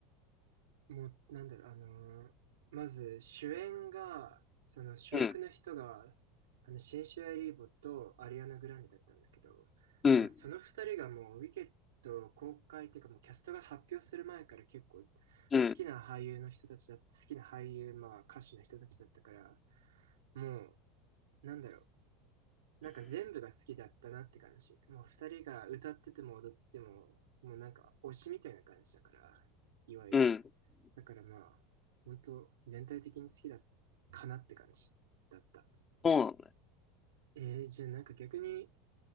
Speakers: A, on the right (about 85°); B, on the left (about 30°).
A: もう、なんだろう、あのーまず主演が、その主役の人が、
B: うん。
A: あの、シンシア・リーボとアリアナ・グランデだったんだけど、
B: うん。
A: まあ、その二人がもう、ウィケット公開っていうか、もうキャストが発表する前から結構、好
B: うん。
A: きな俳優の人たちだ、好きな俳優、まあ、歌手の人たちだったから、もう、なんだろう、なんか全部が好きだったなって感じ。もう二人が歌ってても踊っても、もうなんか推しみたいな感じだから、いわゆる。
B: うん。<coughs>
A: だからまあ、本当全体的に好きだかなって感じだった。
B: そうなんだ。
A: えー、じゃあなんか逆に